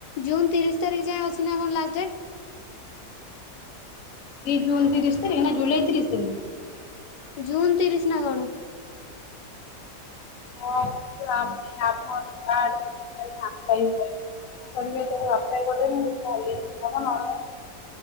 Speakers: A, on the left; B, on the left.
A: ଜୁନ୍ ତିରିଶ ତାରିଖ ଯାଏ ଅଛି ନା କଣ ଲାଷ୍ଟ ଡେଟ?
B: ଏଇ ଜୁନ୍ ତିରିଶ ନା ଜୁଲାଇ ତିରିଶି ତାରିଖରେ?
A: ଜୁନ୍ ତିରିଶ ନା କଣ।
B: ହଁ ଆମ ଆପର <unintelligible> <unintelligible> ଆପ୍ଲାଏ <unintelligible> ହେଲେ ହବ ନହେଲେ ନାହିଁ।